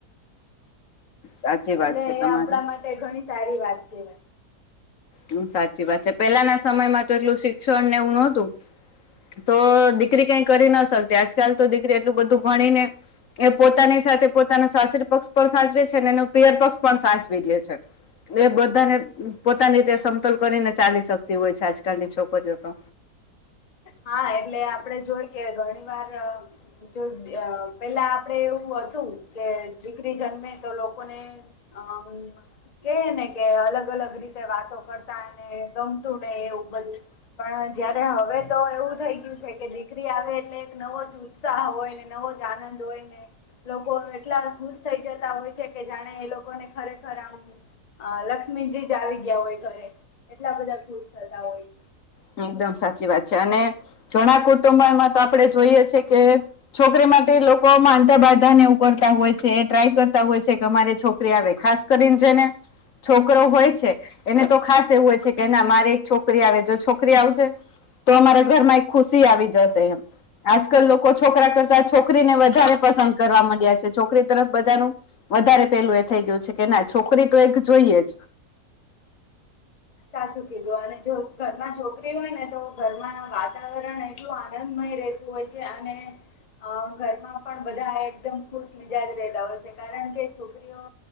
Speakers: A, on the left (about 60°); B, on the left (about 30°).
A: સાચી
B: એટલે
A: વાત છે તમારી
B: એ આપણા માટે ઘણી સારી વાત કેહેવાય.
A: હમ સાચી વાત છે. પેલાના સમયમાં તો એટલું શિક્ષણ ને એવું નહોતું. તો દીકરી કાઈ કરી ના શકતી. આજકાલ તો દીકરી એટલું બધું ભણી ને એ પોતાની સાથે પોતાનો સાસરી પક્ષ પણ સાચવે છે, ને એનો પીયર પક્ષ પણ સાચવી લે છે. એ બધાને પોતાની રીતે સમતોલ કરીને ચાલી શકતી હોય છે આજકાલની છોકરીઓ તો.
B: હા એટલે આપડે જોઈ કે ઘણી વાર અ જો પેલા આપડે એવું હતું કે દીકરી જન્મે તો લોકોને અમ અ કે ને કે અલગ અલગ રીતે વાતો કરતા ને ગમતું નહીં એવું બધું. પણ જયારે હવે તો એવું થઇ ગયું છે કે દીકરી આવે એટલે એક નવો જ ઉત્સાહ હોય ને, નવો જ આનંદ હોય ને. લોકો એટલા ખુશ થઈ જતા હોય છે કે જાણે એ લોકોને ખરેખર આમ. અ લક્ષ્મીજી જ આવી ગયા હોય ઘરે એટલા બધા ખુશ થતા હોય છે.
A: એકદમ સાચી વાત છે. અને ઘણા કુટુંબમાં તો આપણે જોઈએ છે કે છોકરી માટે લોકો માનતા, બાધા ને એવું કરતા હોય છે એ ટ્રાય કરતા હોય છે કે અમારે છોકરી આવે ખાસ કરી ને જેને છોકરો હોય છે એને તો ખાસ એવું હોય છે કે ના મારે એક છોકરી આવે. જો છોક છોકરી આવશે તો અમારા ઘરમાં એક ખુશી આવી જશે એમ. આજકાલ લોકો છોકરા કરતા છોકરીને વધારે પસંદ કરવા માંડ્યા છે. છોકરી તરફ બધાનું વધારે પેલું એ થઈ ગયું છે કે ના છોકરી તો એક જોઈએ જ.
B: સાચું કીધું. અને જો ઘરમાં છોકરી હોય ને તો ઘરમાં વાતાવરણ એટલું આનંદમય રહે તું હોય છે. અને અ ઘરમાં પણ બધા એકદમ ખુશ મિજાજ રહેતા હોય છે. કારણ કે છોકરીઓ